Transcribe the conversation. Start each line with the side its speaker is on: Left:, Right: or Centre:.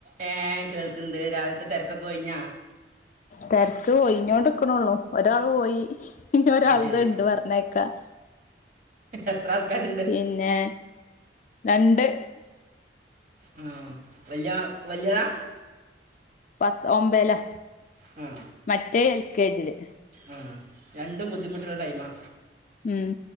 Right: ഏഹ് കേൾക്ണ്ട് രാവിൽത്തെ തെര്ക്കൊക്കെ ഒഴിഞ്ഞാ.
Left: തെരക്ക് ഒയിഞ്ഞോണ്ട്ക്ക്ണോള്ളൂ ഒരാൾ പോയി ഇഞ് ഒരാൾത്
Right: അത് ശരി
Left: ണ്ട് പർഞയ്ക്കാൻ.
Right: എത്രാൾക്കാര്
Left: പിന്നെ രണ്ട്
Right: ഉം വല്യ വല്യതാ
Left: പത് ഒമ്പേലാ.
Right: ഉം
Left: മറ്റഹ് എൽ കെ ജില്.
Right: ആഹ് രണ്ടും ബുദ്ധിമുട്ടുള്ള ടൈമാ.
Left: ഉം